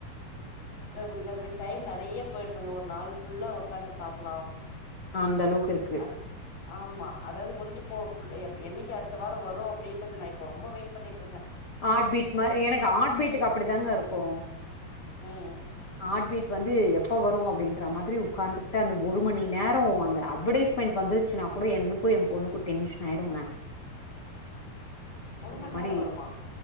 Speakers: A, on the left (about 60°); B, on the left (about 80°).
A: ல்ல ஒங்களுக்கு அதுல டைம் நெறைய்ய போயிடுதுங்க ஒரு நாள் புஃல்லா ஒக்காந்து பாக்கலா
B: அந்த அளவுக்கு இருக்கு
A: அது ஆம்மா அதாவது முடிஞ்சுப் ஓ புஃள்ளைய என்னைக்கு அடுத்த வாரோ வரு அப்டின்றது நா இப்ப ரொம்ப வெயிட் பண்ணிட்ருக்கே
B: ஹாட் பீட் மாரி எனக்கு ஹாட் பீட்டுக்கு அப்படி தாங்க இருக்கு
A: ம்
B: ஹாட் பீட் வந்து எப்ப வரு அப்டின்ற மாதிரி உக்காந்துகிட்டு அந்த ஒரு மணி நேரோ அந்த அட்வடைஸ்மெண்ட் வந்துருச்சுன்னாக் கூட எனக்கு எ பொண்ணுக்கு டென்ஷன் ஆயிடுங்க
A: ஒரு
B: அந்த
A: மணி
B: மாரி
A: நேரோ வருமா
B: இருக்கு